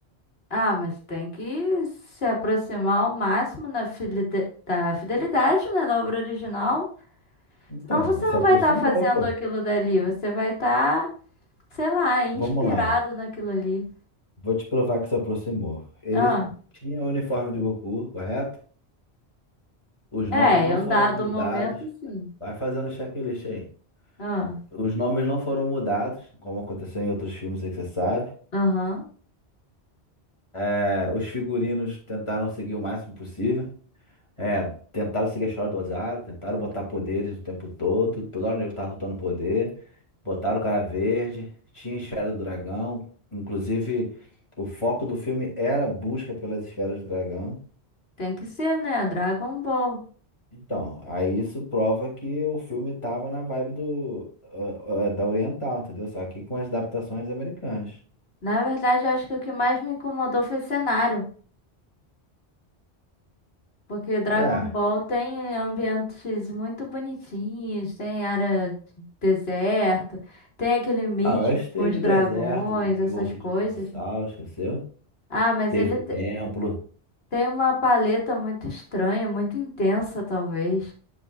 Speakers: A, on the left; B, on the left.
A: Ah, mas tem que se aproximar ao máximo na filide- da fidelidade, né, da obra original.
B: Então,
A: Senão você
B: se
A: não
B: aproximou,
A: vai estar fazendo
B: pô.
A: aquilo dali, você vai estar sei lá, inspirado
B: Vamos lá,
A: naquilo ali.
B: vou te provar que se aproximou. Ele
A: Ah,
B: tinha o uniforme do Goku, correto? Os
A: é,
B: nomes não
A: em um
B: foram
A: dado
B: mudados.
A: momento, sim.
B: Vai fazendo o checklist aí.
A: Ah,
B: Os nomes não foram mudados, como aconteceu em outros filmes aí que você sabe.
A: aham.
B: É, os figurinos tentaram seguir o máximo possível. É, tentaram seguir a história do Ozário, tentaram botar poderes o tempo todo. Toda hora o nego tava soltando poder. Botaram o cara verde, tinha esfera do dragão. Inclusive, o foco do filme era a busca pelas esferas do dragão.
A: Tem que ser, né? Dragon Ball.
B: Então, aí isso prova que o filme tava na vibe do, ah, ah, da Oriental, entendeu? Só que com as adaptações americanas.
A: Na verdade, eu acho que o que mais me incomodou foi cenário. Porque Dragon
B: É.
A: Ball tem ambientes muito bonitinhos, tem área de deserto, tem aquele místico
B: Ah, mas teve
A: com os dragões,
B: deserto, teve
A: essas
B: ovo
A: coisas.
B: de dinossauro, esqueceu?
A: Ah, mas
B: Teve
A: ele
B: o
A: te-
B: templo.
A: tem uma paleta muito estranha, muito intensa, talvez.